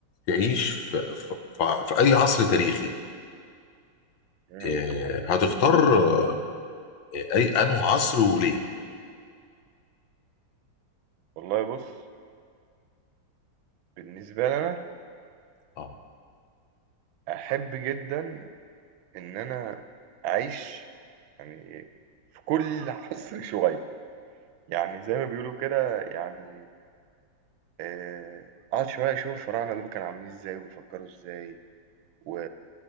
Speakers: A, on the left (about 75°); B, on the right (about 85°).
A: تعيش في, في, في في اي عصر تاريخي
B: امم
A: آه، هتختار آه، اي انه عصر وليه
B: والله بص بالنسبة لي أنا
A: اه
B: أحب جدا إن أنا أعيش يعني في كل <laughs> عصر شوية يعني زي ما بيقولوا كده يعني آه، أقعد شوية أشوف الفراعنة دول كانوا عاملين إزاي وبيفكروا إزاي و...